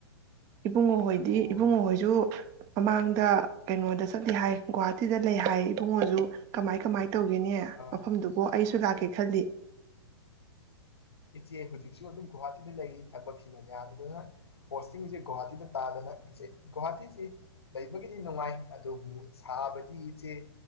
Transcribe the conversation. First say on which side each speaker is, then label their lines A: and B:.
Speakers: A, on the right; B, on the left.
A: ꯏꯕꯨꯡꯉꯣꯍꯣꯏꯗꯤ
B: ꯑꯣ
A: ꯏꯕꯨꯡꯉꯣꯍꯣꯏꯁꯨ ꯃꯃꯥꯡꯗ ꯀꯩꯅꯣꯗ ꯆꯠꯂꯤ ꯍꯥꯏ ꯒꯨꯍꯥꯇꯤꯗ ꯂꯩ ꯍꯥꯏ ꯏꯕꯨꯡꯉꯣꯁꯨ ꯀꯃꯥꯏ ꯀꯃꯥꯏ ꯇꯧꯒꯦꯅꯦ
B: ꯑ,
A: ꯃꯐꯝꯗꯨꯕꯨ ꯑꯩꯁꯨ ꯂꯥꯛꯀꯦ ꯈꯜꯂꯤ
B: ꯏꯆꯦ ꯍꯧꯖꯤꯛꯁꯨ ꯑꯗꯨꯝ ꯒꯨꯍꯥꯇꯤꯗ ꯂꯩꯔꯤ ꯊꯕꯛꯁꯤꯅ ꯌꯥꯗꯗꯅ ꯄꯣꯁꯇꯤꯡꯁꯦ ꯒꯨꯍꯥꯇꯤꯗ ꯇꯥꯗꯅ ꯏꯆꯦ ꯒꯨꯍꯥꯇꯤꯁꯤ ꯂꯩꯕꯒꯤꯗꯤ ꯅꯨꯡꯉꯥꯏ ꯑꯗꯨꯕꯨ ꯁꯥꯕꯗꯤ ꯏꯆꯦ